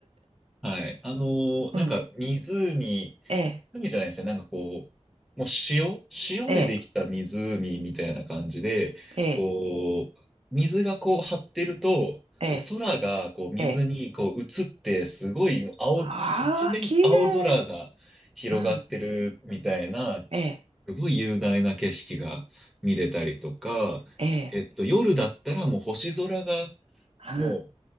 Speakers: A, in the centre; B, on the right.
A: はい。あの、なんか湖、
B: うん、ええ、
A: 湖じゃないですね。なんかこう、もう塩、塩でできた湖みたいな感じで、
B: ええ、ええ、
A: こう、水がこう張ってると、
B: ええ、
A: こう空がこう水にこう映って、
B: ええ。
A: すごい青、
B: ああ、
A: 一面青空が広がってるみたいな
B: 綺麗。うん、ええ、
A: すごい雄大な景色が見れたりとか、
B: ええ、
A: えっと、夜だったらもう星空が、
B: うん、
A: も